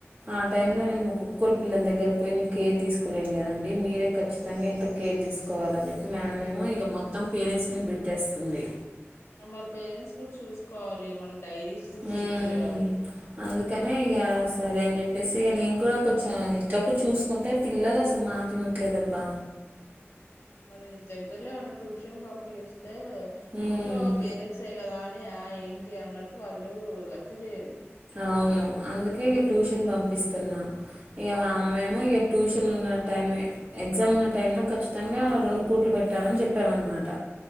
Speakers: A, on the right; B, on the left.
A: ఆ టైంలో నేను ము ఒక్కలోళ్ళ పిల్లల దగ్గర పోయి నేను కేర్ తీసుకోలేను కదండి మీరే ఖచ్చితంగా ఇంట్లో కేర్ తీసుకోవాలని చెప్పి మేడేమో ఇగ మొత్తం పేరెంట్స్ మీద పెట్టేస్తుంది.
B: మరి పేరెంట్స్ కూడా చూసుకొ కోవాలి మనం డైరీస్ కూడా
A: ఉమ్
B: చెక్ చేయాలి
A: అందుకనే ఇగ సరే అని చెప్పేసి నేను కూడా కొంచెం ఇంట్లోక చూసుకుంటే పిల్లలు అసలు మాటినట్లేదబ్బా
B: మరి దగ్గరలో ఏమన్న ట్యూషన్ పంపి ఎస్తే
A: ఉమ్
B: ఇంట్లో పేరెంట్సే కదా అని ఆ ఏం ఏంటి అన్నట్టు వాళ్ళు లెక్క చేయరు
A: అవును అందుకే ఇ ట్యూషన్ పంపిస్తున్నా ఇగ వామేమో
B: మ్మ్
A: ఇగ టూష్ షన్ ఉన్న టైమే ఎగ్జామ్ ఉన్న టైం లో ఖచ్చితంగా రెండు పూట్లు పెట్టాలని చెప్పాన్ అనమాట